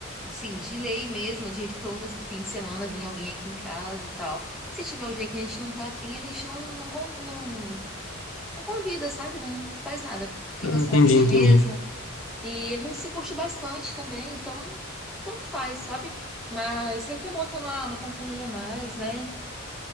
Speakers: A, in the centre; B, on the left.
A: assim, de lei mesmo, de todo esse fim de semana vir alguém aqui em casa e tal. Se tiver um dia que a gente não tá afim, a gente não, não, con- não, não convida, sabe? Não faz nada. Fica
B: Não,
A: só
B: entendi,
A: a gente
B: entendi.
A: mesmo. E a gente se curte bastante também, então tanto faz, sabe? Mas sempre é bom ter uma, uma companhia a mais, né?